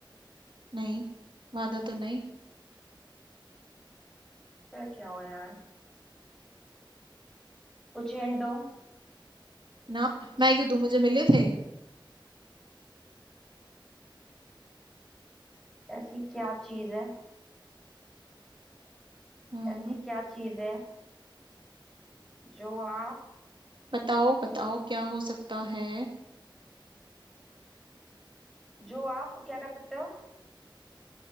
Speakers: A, on the right; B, in the centre.
A: नहीं वादा तो नहीं
B: फिर क्या हो यार कुछ हिंट दो
A: ना मैं क्यों दूं मुझे मिले थे
B: ऐसी क्या चीज है
A: हम्म
B: ऐसी क्या चीज है जो आप
A: बताओ बताओ क्या हो सकता है
B: जो आप क्या कर सकते हो